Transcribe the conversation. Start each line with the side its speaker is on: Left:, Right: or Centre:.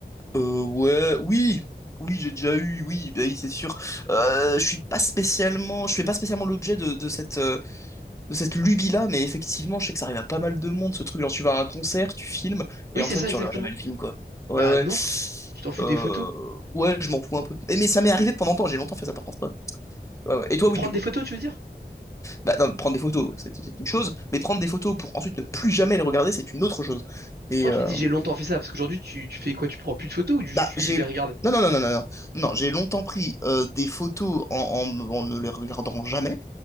Left: Euh, ouais, oui, oui, j'ai déjà eu, oui, bah oui, c'est sûr. Euh, je suis pas spécialement, je fais pas spécialement l'objet de, de cette, euh, de cette lubie-là, mais effectivement, je sais que ça arrive à pas mal de monde, ce truc, genre tu vas à un concert, tu filmes, et
Right: Oui,
Left: en
Right: c'est
Left: fait,
Right: ça,
Left: tu
Right: exactement.
Left: regardes jamais le film, quoi. Ouais,
Right: Bah
Left: ouais.
Right: non. Tu t'en fous
Left: Euh,
Right: des photos.
Left: Ouais, je m'en fous un peu. Et- Mais ça m'est arrivé pendant longtemps, j'ai longtemps fait ça par contre. hein. Ouais, ouais. Et toi, oui,
Right: Prendre
Left: du
Right: des
Left: coup.
Right: photos, tu veux dire?
Left: Bah, non, prendre des photos, c'est c'est une chose, mais prendre des photos pour ensuite ne plus jamais les regarder, c'est une autre chose.
Right: Pourquoi
Left: Et euh,
Right: tu te dis j'ai longtemps fait ça? Parce qu'aujourd'hui, tu, tu fais quoi? Tu prends plus de photos ou juste
Left: bah,
Right: tu
Left: j'ai.
Right: les regardes?
Left: Non, non, non, non, non, non, non, j'ai longtemps pris euh, des photos en, en, en ne les regardant jamais.